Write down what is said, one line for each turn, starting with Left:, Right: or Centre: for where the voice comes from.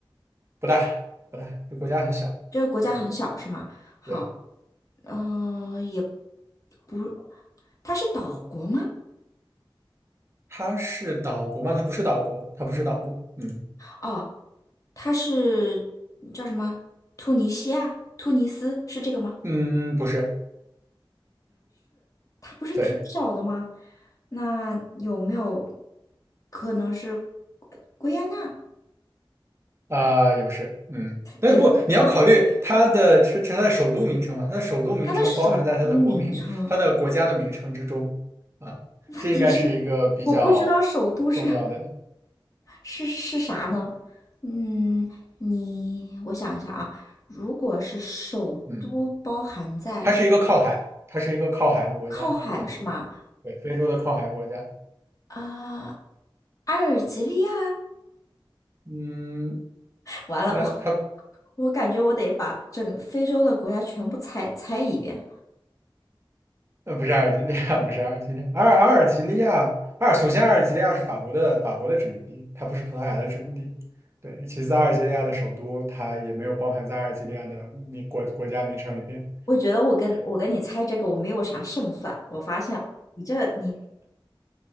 Right: 不大不大，这国家很小，
Left: 这个国家很小是吗？
Right: 啊，
Left: 好，
Right: 对，
Left: 嗯、也不，它是岛国吗？
Right: 它是岛国吗？它不是岛国，它不是岛国，嗯。
Left: 哦，他是叫什么？突尼西亚、突尼斯是这个吗？
Right: 嗯，不是，
Left: 它不是挺小的吗？
Right: 对，
Left: 那有没有可能是圭圭亚那？
Right: 啊、也不是，嗯，但是不，
Left: 也，
Right: 你要考虑它的成是它的首都名称嘛，它的首都名称包含在它的国民、
Left: 它的首都名称，
Right: 它的国家的名称之中啊，
Left: 问题是
Right: 这应该是一个比较
Left: 我不知道首都是
Right: 重要的，
Left: 是是啥呢？
Right: 嗯
Left: 嗯，你我想一下啊，如果是首都包含在
Right: 嗯，它是一个靠海，它是一个靠海的国家，
Left: 靠海是吗？
Right: 嗯，对，非洲的靠海国家，
Left: 啊、阿尔及利亚。
Right: 嗯，
Left: 完了，
Right: 那它
Left: 我 <laughs> 我感觉我得把整个非洲的国家全部猜猜一遍。
Right: 呃，不是阿尔及利亚，<laughs> 不是阿尔及利亚，阿尔阿尔及利亚，阿尔首先阿尔及利亚是法国的法国的殖民地，它不是葡萄牙的殖民地。对，其次阿尔及利亚的首都它也没有包含在阿尔及利亚的名国国家名称里边
Left: 我觉得我跟我跟你猜这个我没有啥胜算，我发现了，你这你